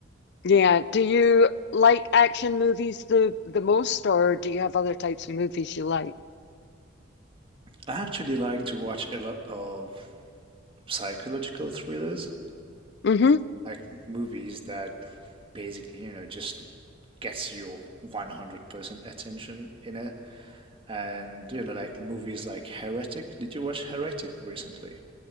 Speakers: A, on the left; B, on the right.
A: Yeah. Do you like action movies the the most, or do you have other types of movies you like?
B: I actually like to watch a lot of psychological thrillers,
A: Mm-hmm.
B: like movies that basically, you know, just gets your 100% attention in it. And, you know, like movies like Heretic. Did you watch Heretic recently?